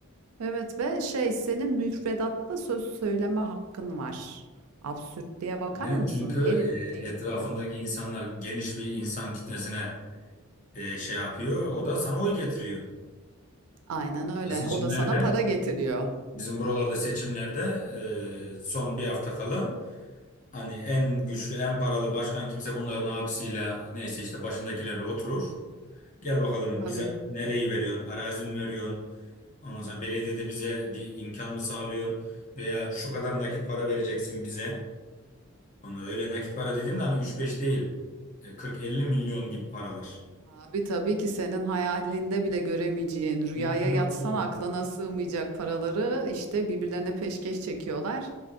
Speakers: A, on the right; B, on the left.
A: Evet ve şey senin müfredatta söz söyleme hakkın var. Absürtlüğe bakar
B: Neden?
A: mısın?
B: Çünkü
A: Herif
B: eee,
A: değiştiriyor.
B: etrafındaki insanlar geniş bir insan kitlesine e, şey yapıyor. O da sana oy getiriyor.
A: Aynen öyle.
B: Bu seçimlerde
A: O da sana para getiriyor.
B: bizim buralarda seçimlerde e, son bir hafta kala hani en güçlü en paralı başkan kimse bunların abisiyle neyse işte başındakilerle oturur. Gel bakalım
A: Tabii.
B: bize nereyi veriyorsun? Arazi mi veriyorsun? Ondan sonra belediyede bize bir imkan mı sağlıyorsun? Veya şu kadar nakit para vereceksin bize. Ona öyle nakit para dediğimde hani üç beş değil. E, 40-50 milyon gibi paralar.
A: Abi tabii ki senin hayalinde bile göremeyeceğin, rüyaya
B: Mümkünatı
A: yatsan
B: yok.
A: aklına sığmayacak paraları işte birbirlerine peşkeş çekiyorlar.